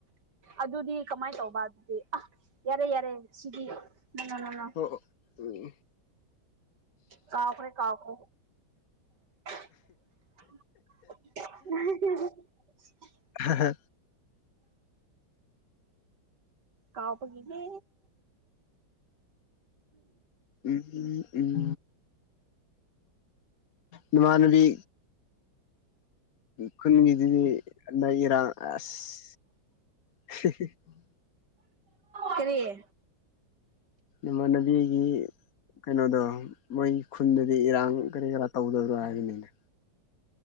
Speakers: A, on the right; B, on the left.
A: ꯑꯗꯨꯗꯤ ꯀꯃꯥꯏꯅ ꯇꯧꯕ ꯑꯗꯨꯗꯤ ꯑ ꯌꯥꯔꯦ ꯌꯥꯔꯦ ꯁꯤꯗꯤ ꯅꯪ ꯅꯪ
B: ꯍꯣ ꯎꯝ
A: ꯀꯥꯎꯈ꯭ꯔꯦ ꯀꯥꯎꯈ꯭ꯔꯦ ꯎ
B: ꯍꯥ ꯍꯥ
A: <inaudible> ꯀꯥꯎꯄꯒꯤꯅꯦ
B: ꯎꯝ ꯎꯝ ꯎꯝ ꯃꯅꯕꯤ ꯈꯨꯟꯒꯤꯗꯨꯗꯤ ꯏꯔꯥꯡ ꯑꯁ <unintelligible>
A: ꯀꯔꯤꯌꯦ
B: ꯏꯃꯥꯟꯅꯕꯤꯒꯤ ꯀꯩꯅꯣꯗꯣ ꯃꯣꯏ ꯈꯨꯟꯗꯗꯤ ꯏꯔꯥꯡ ꯀꯔꯤ ꯀꯔꯥ ꯇꯧꯗꯕꯔꯣ ꯍꯥꯏꯕꯅꯤꯅꯦ